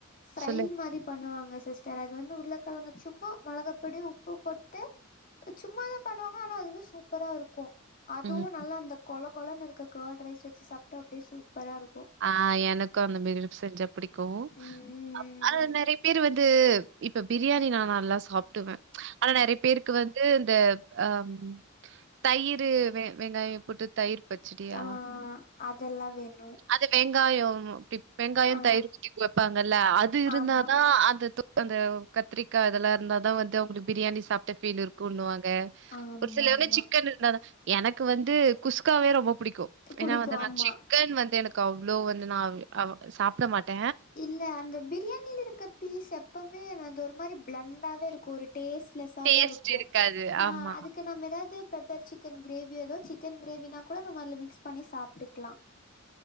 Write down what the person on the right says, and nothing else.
சொல்லு.
ம்.
ஆ எனக்கு அந்த மாரி வெச்சு செஞ்சா பிடிக்கோ
அப் ஆனா நெறைய பேரு வந்து இப்ப பிரியாணி நா நல்லா சாப்டுவ ஆனா நெறைய பேருக்கு வந்து இந்த ஆம் தயிரு வெ வெங்காய போட்டு தயிர் பச்சடியா?
அது வெங்காயோ பிப் வெங்காய
தயிர் ஊத்தி வெப்பாங்கல்ல அது இருந்தாதா
அந்த அந்த கத்திரிக்கா இதெல்லா இருந்தாதா வந்து அவங்களுக்கு பிரியாணி சாப்ட்ட ஃபீல் இருக்குன்னுவாங்க
ஒரு சிலவங்க
சிக்கன் இருந்தாதா எனக்கு வந்து குஸ்காவே ரொம்ப புடிக்கோ
ஏன்னா வந்து நா
சிக்கன் வந்து எனக்கு அவ்ளோ வந்து நா அவ் சாப்ட மாட்ட
டேஸ்ட்
இருக்காது.
ஆமா,